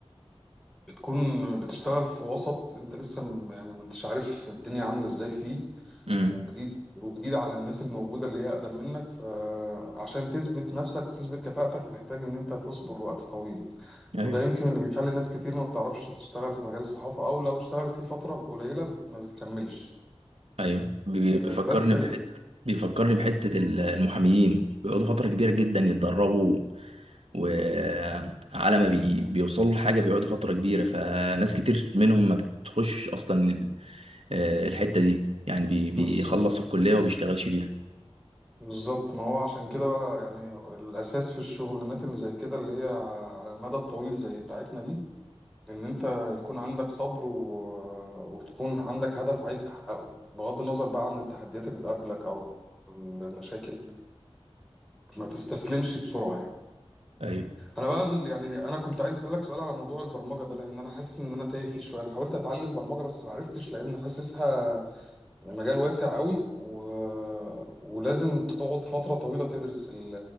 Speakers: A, in the centre; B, on the right.
A: بتكون بتشتغل في وسط أنت لسه م- يعني ما أنتش عارف الدنيا عاملة إزاي فيه
B: امم
A: وجديد وجديد على الناس الموجودة اللي هي أقدم منك فعشان تثبت نفسك وتثبت كفاءتك محتاج إن أنت تصبر وقت طويل
B: ايوه
A: وده يمكن اللي بيخلي ناس كتير ما بتعرفش تشتغل في مجال الصحافة أو لو اشتغلت فيه فترة قليلة بت- ما بتكملش
B: ايوه بي-
A: آه،
B: بيفكرني
A: بس
B: بحته بيفكرني بحته ال- المحاميين بيقعدوا فتره كبيره جدا يتدربوا وعلى ما بي... بيوصلوا لحاجه بيقعدوا فتره كبيره فناس كتير منهم ما بتخش اصلا ال- آه، الحته دي يعني بي...
A: بالظبط
B: بيخلص الكليه وبيشتغلش بيها
A: بالظبط ما هو عشان كده بقى يعني الأساس في الشغلانات اللي زي كده اللي هي على المدى الطويل زي بتاعتنا دي ان انت يكون عندك صبر و... وتكون عندك هدف عايز تحققه بغض النظر بقى عن التحديات اللي بتقابلك او المشاكل ما تستسلمش بسرعة يعني
B: ايوه
A: انا بقى ال- يعني انا كنت عايز اسالك سؤال على موضوع البرمجة ده لان انا حاسس ان انا تايه فيه شوية انا حاولت اتعلم برمجة بس ما عرفتش لان حاسسها مجال واسع قوي و... ولازم تقعد فترة طويلة تدرس ال-